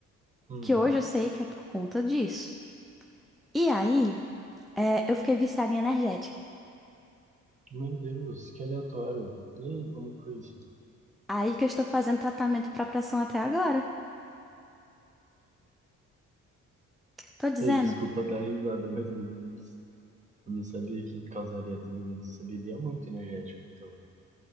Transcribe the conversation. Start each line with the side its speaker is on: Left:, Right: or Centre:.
Right: Uhum.
Centre: Que hoje eu sei que é por conta disso. E aí, é, eu fiquei viciada em energético.
Right: Meu Deus, que aleatório. E aí, como foi isso?
Centre: Aí que eu estou fazendo tratamento para pressão até agora. Tô dizendo.
Right: Eu, desculpa dar risada, mas meu Deus. Eu não sabia que causaria tudo isso. Você bebia muito energético, então, né?